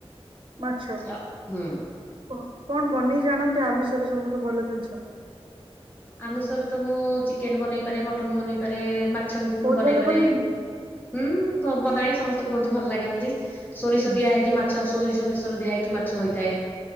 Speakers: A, on the right; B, on the left.
A: ମାଛ,
B: ଆଉ ହୁଁ
A: କଣ ବନେଇ ଜାଣନ୍ତି ଆମିଷରେ ସବୁଠୁ ଭଲ ଜିନିଷ।
B: ଆମିଷରେ ତ ମୁଁ ଚିକେନ ବନେଇ ପାରେ ମଟନ ବନେଇପାରେ ମାଛ ବି।
A: ବହୁତ ଭଲ ବନାନ୍ତି?
B: ହୁଁ କ ବନାଏଇଁ ସମସ୍ତେ କୁହନ୍ତି ଭଲ ଲାଗେ ବୋଲି ସୋରିଷଦିଆ
A: ହୁଁ।
B: ହେଇକି ମା ମାଛ ସୋରିଶ ବେଶର ଦିଆ ହେଇକି ମାଛ ହୋଇଥାଏ।